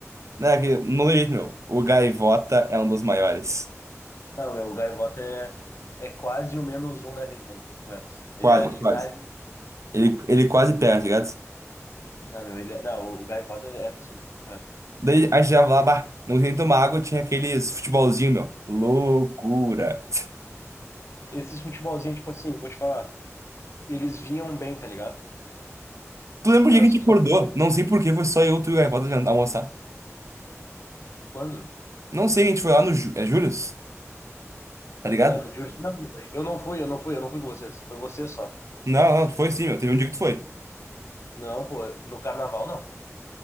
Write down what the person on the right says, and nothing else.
Né, que não tem jeito, meu. O Gaivota é um dos maiores.
Quase,
quase.
Ele, ele quase pega, tá ligado?
Daí a gente já lá, bah, não tinha nem tomar água, tinha aqueles futebolzinho, meu. Loucura.
Tu lembra
o dia que
a gente acordou?
Não sei por que foi só eu, tu e o Gaivota jantar, almoçar.
Não sei, a gente foi lá no Jú- é Július, tá ligado?
Não, não, tu foi sim, meu. Teve um dia que tu foi.